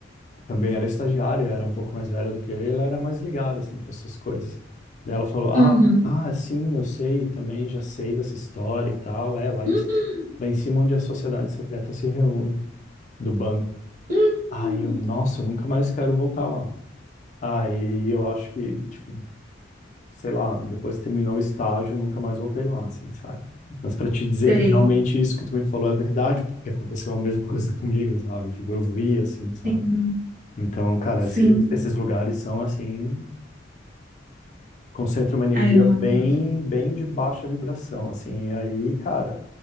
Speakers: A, on the left; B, on the right.
A: também era estagiária, era um pouco mais velha do que eu, e ela era mais ligada, assim, para essas coisas. Daí ela falou, ah,
B: uhum.
A: ah, sim, eu sei, também já sei dessa história e tal, é, lá
B: Hum,
A: em, lá em cima onde a sociedade secreta se reúne, do banco.
B: hum.
A: Aí eu, nossa, eu nunca mais quero voltar lá. Aí eu acho que, tipo, sei lá, depois que terminou o estágio, eu nunca mais voltei lá, assim, sabe? Mas para te dizer
B: Sei.
A: que realmente isso que tu me falou é verdade, porque aconteceu a mesma <laughs> coisa comigo, sabe? Tipo, eu vi, assim, sabe?
B: Sim,
A: Então, cara,
B: sim.
A: esse- esses lugares são, assim, concentram uma energia
B: Ai, eu não
A: bem,
B: gosto.
A: bem de baixa vibração, assim. E aí, cara,